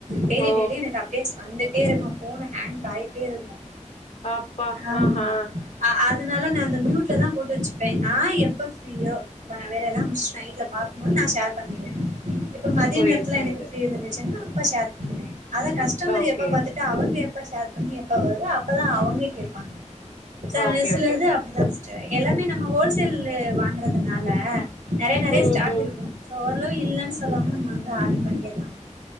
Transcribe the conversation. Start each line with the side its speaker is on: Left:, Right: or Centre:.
Right: டெய்லி
Left: ஓ!
Right: டெய்லி எனக்கு அப்டேஸ் வந்துட்டேருக்கு ஃபோனு ஹங்க் ஆய்ட்டே இருக்கு
Left: அப்பா!
Right: ஆமா
Left: ஆஹா!
Right: ஆ அதனால நா அந்த ம்யூட்லதா போட்டு வெச்சுப்பே நா எப்ப ஃப்ரீயோ இப்ப நா வேலல்லா முடிச்சுட்டு நைட்ல பாக்கும்போது நா ஷேர் பண்ணிகுவே ப மதிய
Left: புரியுது,
Right: நேரத்துல
Left: புரியுது.
Right: எனக்கு ஃப்ரீ இருந்துச்சுன்னா அப்ப செர் பண்ணுவே அத கஸ்டமர்
Left: ஓகே.
Right: எப்ப பாத்துட் ட்டு அவங்க எப்ப ஷேர் பண்ணி எப்ப வருதோ அப்பதா அவங்க கேப்பாங்க
Left: ஓகே,
Right: வய்சுலதா
Left: ஓகே.
Right: அப்டிதா சிஸ்டர் எல்லாமே நம்ம கோல்சேலு வாங்கறதுனால நறைய நறைய
Left: ம்,
Right: ஸ்டாக்
Left: ம்.
Right: இருக்கு சோ ஓரளவு இல்லன் சொல்லாம நம்ம வந்து ஆட் பண்ணிற்லா